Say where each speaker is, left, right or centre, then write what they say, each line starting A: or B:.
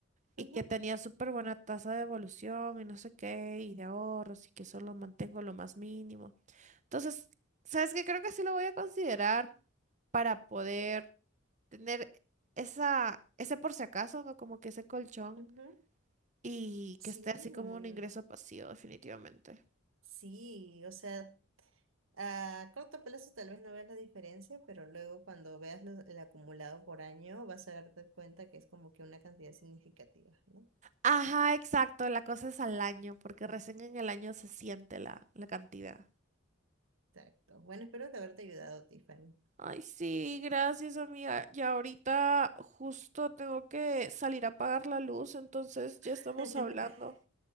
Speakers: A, on the right; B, on the right.
A: Y
B: Ujú,
A: que tenía súper buena tasa de evolución y no sé qué, y de ahorros, y que solo mantengo lo más mínimo. Entonces, ¿sabes qué? Creo que sí lo voy a considerar para poder tener esa, ese por si acaso, ¿no? Como que ese colchón
B: ujú.
A: y
B: Sí,
A: que esté
B: mm,
A: así como un ingreso pasivo, definitivamente.
B: sí, o sea, a corto plazo tal vez no veas la diferencia, pero luego cuando veas lo- el acumulado por año vas a darte cuenta que es como que una cantidad significativa, ¿no?
A: Ajá, exacto, la cosa es al año, porque recién en el año se siente la, la cantidad.
B: Exacto. Bueno, espero que haberte ayudado, Tiffany.
A: Ay, sí, gracias, amiga. Ya ahorita justo tengo que salir a pagar la luz, entonces ya
B: <laughs>
A: estamos hablando.